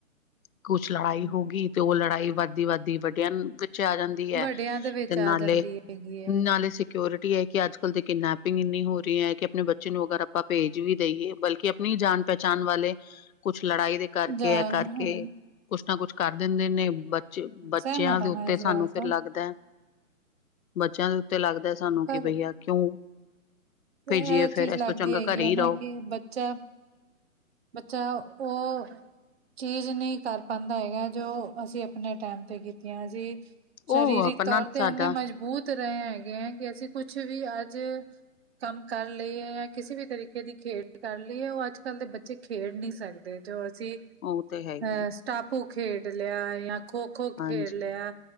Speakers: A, on the left; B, on the right.
A: ਕੁਛ ਲੜਾਈ
B: ਹਮ
A: ਹੋ ਗਈ ਤੇ ਉਹ ਲੜਾਈ ਵੱਧਦੀ ਵੱਧਦੀ ਵੱਡ ਆ ਜਾਂਦੀ ਹੈ,
B: ਵੱਡਿਆਂ ਦੇ ਵਿੱਚ
A: ਤੇ ਨਾਲੇ-ਨਾਲੇ
B: ਆ ਜਾਂਦੀ ਹੈਗੀ ਹੈ
A: ਸਿਕਓਰਿਟੀ ਹੈ ਕਿ ਅੱਜ ਕਿਡਨੈਪਿੰਗ ਇੰਨੀ ਹੋ ਰਹੀ ਹੈ ਕਿ ਅਪਣੇ ਬੱਚੇ ਨੂੰ ਅਗਰ, ਆਪਾਂ ਭੇਜ ਵੀ ਦੇਈਏ ਬਲਕਿ ਆਪਣੀ ਜਾਣ ਪਹਚਾਣ ਵਾਲ ਕੁਛ ਲੜਾਈ ਦੇ ਕਰਕੇ
B: ਜਾਂ
A: ਏ ਕਰਕੇ ਕੁਛ ਨਾ ਕੁਛ ਕਰ ਦਿੰਦੇ ਨੇ ਬੱਚੇ ਬੱਚਿਆਂ
B: ਸਹਿਮਤ
A: ਦੇ
B: ਹਾਂ
A: ਉੱਤੇ,
B: ਮੈਂ ਇਸ
A: ਸਾਨੂੰ
B: ਗੱਲ
A: ਫਿਰ
B: ਤੋਂ
A: ਲੱਗਦਾ ਬੱਚਿਆਂ ਦੇ ਉੱਤੇ ਲੱਗਦਾ ਹੈ ਸਾਨੂੰ
B: ਪਰ
A: ਕਿ ਬਈ ਏ ਕਿਉਂ ਭੇਜੀਏ
B: ਇਹ
A: ਫੇਰ
B: ਚੀਜ਼
A: ਇਸ
B: ਲੱਗਦੀ
A: ਤੋਂ ਚੰਗਾ
B: ਹੈਗੀ
A: ਘਰੇ ਹੀ
B: ਨਾ
A: ਰਹੋ
B: ਕਿ ਬੱਚਾ ਬੱਚਾ ਉਹ ਚੀਜ਼ ਨਹੀਂ ਕਰ ਪਾਦਾ ਹੈਗਾ ਜੋ ਅਸੀਂ ਅਪਣੇ ਟੈਮ ਤੇ ਕੀਤੀਆਂ ਸੀ। ਸ਼ਰੀਰਿਕ
A: ਉਹ ਆਪਣਾ
B: ਤੌਰ ਤੇ
A: ਸਾਡਾ
B: ਔਨੇ ਮਜ਼ਬੂਤ ਰਹੇ ਹੈਗੇ ਹੈ ਕਿ ਅਸੀਂ ਕੁਛ ਵੀ ਅੱਜ ਕੰਮ ਕਰ ਲਈ ਏ ਜਾਂ ਕਿਸੇ ਵੀ ਤਰੀਕੇ ਦੀ ਖੇਡ ਕਰ ਲਈ ਏ, ਉਹ ਅੱਜ ਕੱਲ੍ਹ ਦੇ ਬੱਚੇ ਖੇਡ ਨਹੀਂ ਸਕਦੇ ਜੋ ਅਸੀਂ
A: ਉਹ ਤੇ ਹੈ ਹੀ
B: ਅਹ
A: ਆ
B: ਸਟਾਪੂ ਖੇਡ ਲਿਆ ਜਾਂ ਖੋ-ਖੋ ਖੇਡ
A: ਹਾਂਜੀ,
B: ਲਿਆ।